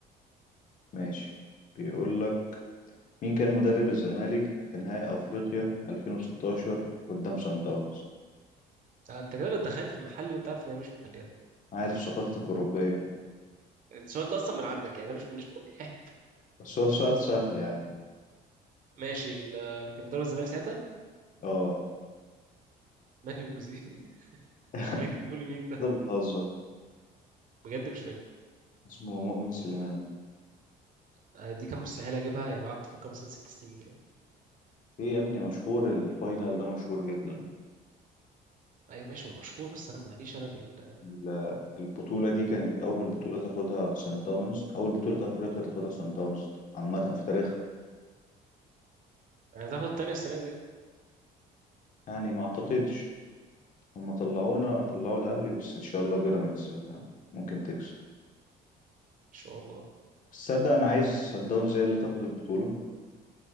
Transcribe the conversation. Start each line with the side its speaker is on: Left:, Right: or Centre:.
Left: ماشي بيقول لك مين كان مدرب الزمالك في نهائي افريقيا 2016 قدام سان داونز
Right: آه، انت كده بتدخلني في محلي وانت عارف ان انا مش في محليات
Left: عارف ثقافتك اوروبية
Right: السؤال ده اصلا من عندك يعني ده مش من <laughs>
Left: بس هو سؤال سهل يعني
Right: ماشي ال- اللي كان بيدرب الزمالك ساعتها
Left: اه
Right: ماهي والجزيري <laughs>
Left: <laughs>
Right: مش فاكر بيقول مين طيب
Left: ده بتهزر
Right: بجد مش فاكر
Left: اسمه مؤمن سليمان
Right: آه، دي كان مستحيل اجيبها يعني لو قعدت افكر مثلا ست سنين من دلوقتي
Left: ايه يا ابني مشهور الفاينل ده مشهور جدا
Right: ايوه ماشي هو مشهور بس انا ماليش انا في ال...
Left: ال- البطولة دي كانت أول بطولة تاخدها سان داونز أول بطولة أفريقيا تاخدها سان داونز عامة في تاريخها
Right: يعني هتاخد التانية السنه دي ان
Left: يعني ما أعتقدش هما طلعونا طلعوا الاهلي بس ان شاء الله بيراميدز آه، ممكن تكسب
Right: شاء الله
Left: بس تصدق انا عايز سان داونز هي اللي تاخد البطوله